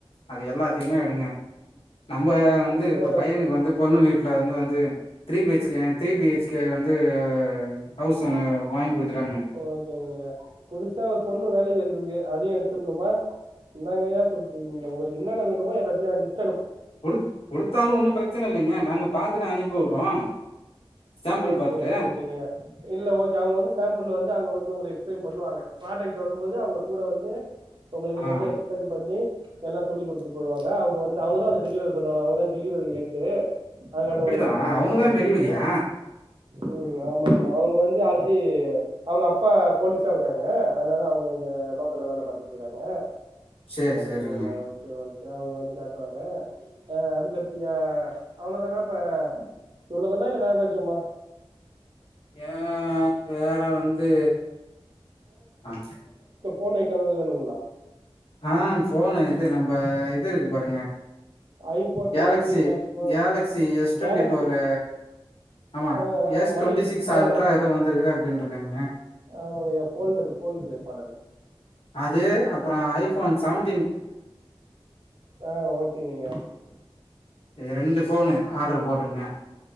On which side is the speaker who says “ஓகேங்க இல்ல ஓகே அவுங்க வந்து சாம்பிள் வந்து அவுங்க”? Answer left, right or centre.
Right